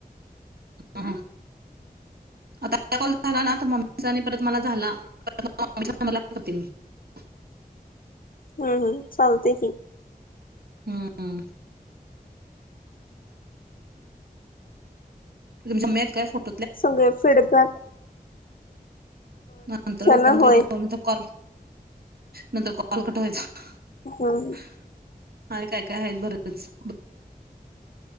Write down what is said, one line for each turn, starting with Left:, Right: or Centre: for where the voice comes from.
Right: हम आता कॉल झाला ना मम्मीचा आणि परत मला झाला म् नबरते मी <unintelligible>
Left: हम्म हम्म चालते की
Right: हम्म हम तुमच्या म्यात काय फोटो
Left: सग एफ यक
Right: नंतर ओपन
Left: ना
Right: करतो
Left: होय
Right: नंतर कॉल नंतर कॉल कटवायचा
Left: हम्म
Right: हाय काय काय आहेत बरच <unintelligible>